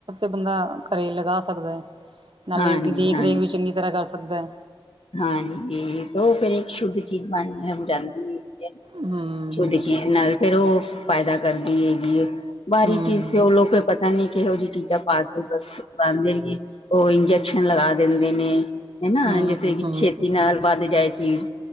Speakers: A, on the right (about 65°); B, on the left (about 85°).
A: ਬੰਦਾ ਘਰੇ ਲਗਾ ਸਕਦਾ ਹੈ ਨਾਲੇ
B: ਹਾਂਜੀ
A: ਉਹਦੀ ਦੇਖ
B: ਹਾਂ
A: ਰੇਖ ਵੀ ਚੰਗੀ ਤਰ੍ਹਾਂ ਕਰ ਸਕਦਾ ਹੈ।
B: ਹਾਂਜੀ ਤੇ ਉਹ ਫਿਰ ਇੱਕ ਸ਼ੁੱਧ ਚੀਜ਼ ਬਣ ਜਾਂਦੀ ਹੈ।
A: ਹਮ
B: ਛੋਲੇ
A: ਹਮ
B: ਚੀਜ਼ ਨਾਲ ਫੇਿਰ ਉਹ ਫਾਇਦਾ ਕਰਦੀ ਹੈਗੀ। ਬਾਹਾਰੀ
A: ਹਮ
B: ਚੀਜ਼ ਤੇ ਉਹ ਲੋ ਫਿਰ ਪਤਾ ਨੀ ਕਿਹੋ ਜਿ ਚੀਜ਼ਾਂ ਪਾ ਕੇ ਬਸ ਬਦੇ ਰਏ ਉਹ ਇੰਜੈਕਸ਼ਨ ਲਗਾ ਦਿੰਦੇ ਨੇ ਹਨਾ
A: ਹਮ
B: ਜੈਸੇ ਕਿ
A: ਹਮ
B: ਛੇਤੀ ਨਾਲ ਵੱਧ ਜਾਏ ਚੀਜ਼